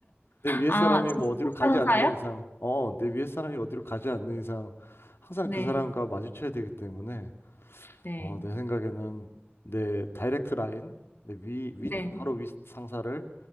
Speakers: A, on the left; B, on the left.
A: 내 위에
B: 아,
A: 사람이
B: 직속
A: 뭐 어디로 가지
B: 상사요?
A: 않는 이상, 어, 내 위에 사람이 어디로 가지 않는 이상 항상
B: 네.
A: 그 사람과 마주쳐야 되기 때문에
B: 네.
A: 어, 내 생각에는 내 다이렉트 라인, 내 위, 위,
B: 네.
A: 바로 위 상사를